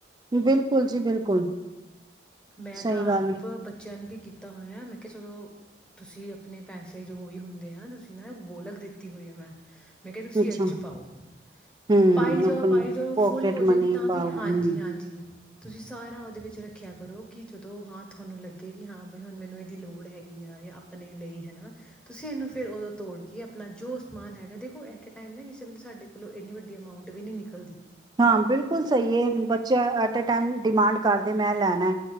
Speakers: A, on the right; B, in the centre.
A: ਬਿਲਕੁਲ ਜੀ ਬਿਲਕੁਲ।
B: ਮੈਂ
A: ਸਹੀ
B: ਤਾਂ
A: ਗੱਲ
B: ਆਪ
A: ਹੈ
B: ਬੱਚਿਆਂ ਨੂੰ ਵੀ ਕੀਤਾ ਹੋਇਆ ਮੈਂ ਕਿਹਾ ਚਲੋ, ਤੁਸੀਂ ਆਪਣੇ ਪੈਸੇ ਜੋ ਵੀ ਹੁੰਦੇ ਆ ਤੁਸੀਂ ਨਾ ਬੋਲਕ ਦਿੱਤੀ ਹੋਈ ਆ ਮੈਂ। ਮੈਂ ਕਿਹਾ ਤੁਸੀਂ
A: ਅੱਛਾ
B: ਇਹਦੇ ਚ ਪਾਓ।
A: ਹੂੰ
B: ਪਾਈ ਜਾਓ-ਪਾਈ
A: ਆਪਣੀ
B: ਜਾਓ
A: ਪੋਕੇਟ
B: ਫੁੱਲ ਹੋ ਜਾਵੇਗੀ
A: ਮਨੀ
B: ਤਾਂ
A: ਪਾਓ
B: ਵੀ, ਹਾਂਜੀ-ਹਾਂਜੀ।
A: ਹੂੰ
B: ਤੁਸੀਂ ਸਾਰਾ ਉਹਦੇ ਵਿੱਚ ਰੱਖਿਆ ਕਰ ਕਰੋ ਕਿ ਜਦੋਂ ਹਾਂ ਤੁਹਾਨੂੰ ਲੱਗੇ ਕਿ ਹਾਂ ਬ ਹੁਣ ਮੈਨੂੰ ਇਹਦੀ ਲੋੜ ਹੈਗੀ ਆ ਜਾਂ ਆਪਣੇ ਲਈ ਹੈ ਨਾ ਤੁਸੀਂ ਇਹਨੂੰ ਫਿਰ ਉਦੋਂ ਤੋੜ ਕੇ ਆਪਣਾ ਜੋ ਸਮਾਨ ਹੈਗਾ ਦੇਖੋ ਐਟ ਏ ਟਾਈਮ ਨਾ ਕਿਸੇ ਵੇਲੇ ਸਾਡੇ ਕੋਲੋਂ ਐੰਨੀ ਵੱਡੀ ਅਮਾਊਂਟ ਵੀ ਨਹੀਂ ਨਿਕਲਦੀ।
A: ਹਾਂ, ਬਿਲਕੁਲ ਸਹੀ ਹੈ ਬੱਚਾ ਅ ਐਟ ਏ ਟਾਈਮ ਡਿਮਾਂਡ ਕਰਦੇ ਮੈਂ ਲੈਣਾ